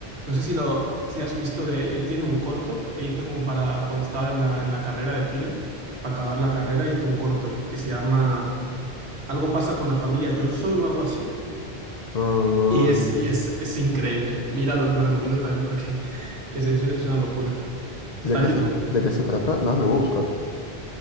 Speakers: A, on the right; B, on the left.
A: No sé si lo si has visto de él. Él tiene un corto que hizo como para cuando estaba en la, en la carrera de cine. Para acabar la carrera hizo un corto que se llama Algo pasa con la familia Johnson o algo así.
B: Ah,
A: Y es, y es, es increíble. Míralo, te lo recomiendo también porque <laughs> es, es es una locura.
B: ¿y
A: Está
B: de qué
A: en YouTube.
B: se, de qué se trata? La, lo voy a buscar.